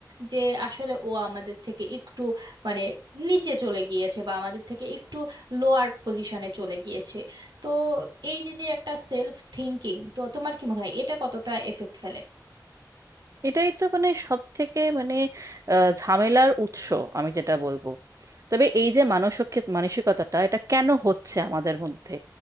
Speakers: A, on the right; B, on the right.
A: যে আসলে ও আমাদের থেকে একটু মানে নিচে চলে গিয়েছে বা আমাদের থেকে একটু লোয়ার পজিশনে চলে গিয়েছে তো এই যে যে একটা সেলফ থিঙ্কিং তো তোমার কি মনে হয় এটা কতটা এফেক্ট ফেলে
B: এটাই তো মানে সব থেকে মানে আহ, ঝামেলার উৎস আমি যেটা বলবো তবে এই যে মানসিক মানসিকতাটা এটা কেন হচ্ছে আমাদের মধ্যে